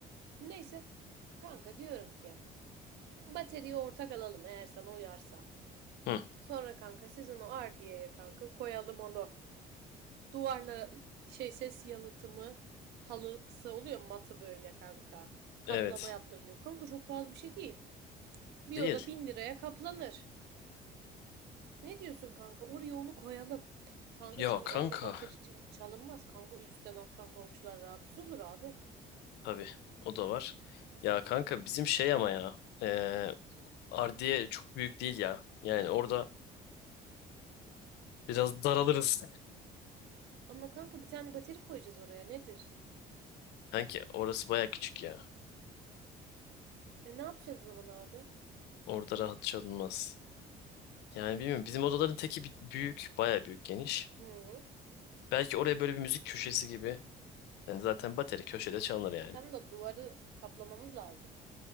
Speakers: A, on the right; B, on the left.
A: Neyse. Kanka diyorum ki bataryayı ortak alalım eğer sana uyarsa.
B: Hı.
A: Sonra kanka siz onu ardiyeye kanka koyalım onu. Duvarla şey ses yalıtımı halısı oluyor matı böyle kanka. Kaplama
B: Evet.
A: yaptırılıyor. Kanka çok pahalı bir şey değil. Bir
B: Değil.
A: oda bin liraya kaplanır. Ne diyorsun kanka? Oraya onu koyalım. Kanka
B: Ya
A: çünkü
B: kanka.
A: evde bateri ça- çalınmaz. Kanka üstten alttan komşular rahatsız olur abi.
B: Tabii. O da var. Ya kanka bizim şey ama ya. Ee, Ardiye çok büyük değil ya. Yani orada biraz daralırız.
A: Ama kanka bir tane bateri koyacağız oraya. Nedir?
B: Kanki orası baya küçük ya.
A: E ne yapacağız o zaman abi?
B: Orada rahat çalınmaz. Yani bilmiyorum. Bizim odaların teki bi- büyük. Baya büyük geniş.
A: Hı. hı.
B: Belki oraya böyle bir müzik köşesi gibi. Yani zaten bateri köşede çalınır yani.
A: Tam da duvarı kaplamamız lazım.